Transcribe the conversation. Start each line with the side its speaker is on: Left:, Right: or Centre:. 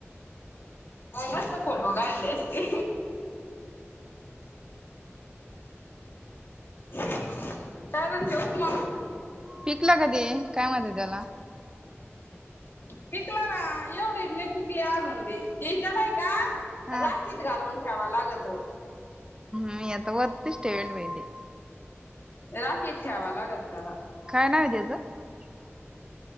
Left: मग मस्त फोटो काढले असते काय म्हणते होक माऊ?
Right: पिकलं का दे, काय म्हणतेत त्याला?
Left: पिकला ना एवढेत लई पिकले अजूनदी ते त्यालाय का
Right: हा
Left: राशीत घालून ठेवा लागतं
Right: मी आता वरती <unintelligible> <unintelligible>
Left: राखेत ठेवाय लागल त्याला
Right: <unintelligible>